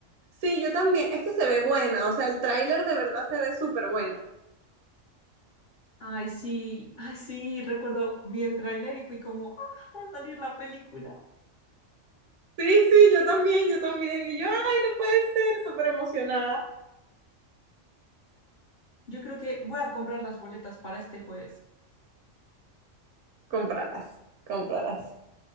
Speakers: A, on the right; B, on the left.
A: Sí, yo también. Es que se ve buena. O sea, el tráiler de verdad se ve súper buena.
B: Ay, sí, ay, sí, recuerdo, vi el tráiler y fui como, ah, va a salir la película.
A: Sí, sí, yo también, yo también. Y yo, ay, no puede ser, súper emocionada.
B: Yo creo que voy a comprar las boletas para este jueves.
A: Cómpralas, cómpralas.